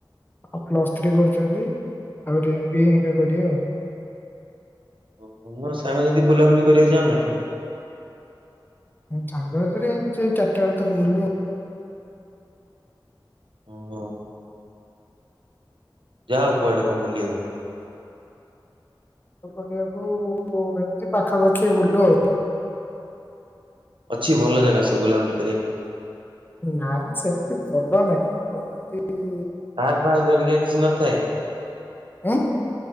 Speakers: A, on the left; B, on the right.
A: ଆଉ ପ୍ଲସ୍ ଥ୍ରୀ କରୁଛନ୍ତି ତାପରେ ଏମ ବି ଏ <unintelligible>
B: ଓହୋ ମୋର ସାଙ୍ଗ ଯଦି ବୁଲାବୁଲି କରିବାକୁ ଚା <unintelligible>
A: ସାଙ୍ଗ ସାଥିରେ ସେ ଚାରିଟା ବେଳେ ତ ବୁଲୁ ଆଉ।
B: ଓହୋ। ଯାଉ କୁଆଡେ କଣ ବୁଲି ଆଉ।
A: ପରିଆକୁ ଏମିତି ପାଖାପାଖି ବୁଲୁ ଆଉ
B: ଅଛି ଭଲ ଜାଗା ସବୁ ବୁଲାବୁଲି କରି।
A: ନାଇଁ ସେମିତି ଭଲ ନାଇଁ ତ ଏତି
B: କାର ଫାର ହାରିକା କିଛି ନଥାଏ।
A: ଉଁ